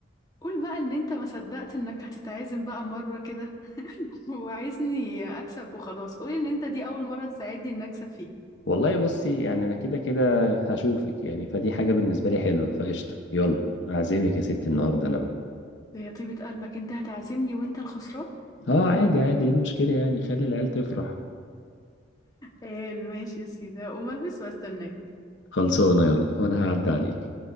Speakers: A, on the left; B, on the left.
A: قول بقى ان انت ما صدقت انك هتتعزم بقى مرة كده <laughs> وعايزني اكسب وخلاص قول ان انت دي اول مرة تساعدني ان اكسب فيه
B: والله بصي يعني انا كده كده هشوفك يعني فدي حاجه بالنسبه لي حلوه فقشطه يلا اعزمك يا ستي النهارده انا بقى
A: يا طيبة قلبك انت هتعزمني وانت الخسران
B: اه عادي عادي ايه المشكله يعني خلي العيال تفرح
A: قال ماشي يا سيدي هقوم البس واستناك
B: خلصانه يلا وانا هعدي عليك